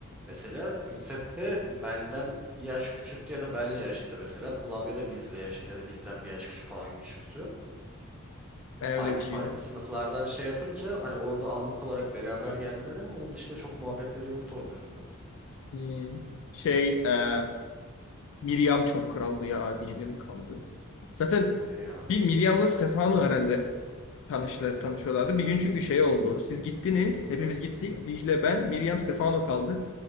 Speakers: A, in the centre; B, on the left.
A: Mesela Giuseppe benden bir yaş küçüktü ya da benle yaşıttı mesela. Flavia da bizle yaşıt ya da bizden bir yaş küçük falan küçüktü.
B: ben
A: Farklı
B: öyle bir şeydi.
A: farklı sınıflardan şey yapınca hani orada anlık olarak beraber geldiler ama onun dışında çok muhabbetleri yoktu onların da.
B: Hmm, şey, e, Miriam çok kraldı ya, Dicle'nin kraldı. Zaten
A: Hey ya Mi
B: bir Miriam'la Stefano herhalde tanıştılar, tanışıyorlardı. Bir gün çünkü şey oldu. Siz gittiniz, hepimiz gittik. Dicle,
A: Hı.
B: ben, Miriam, Stefano kaldı.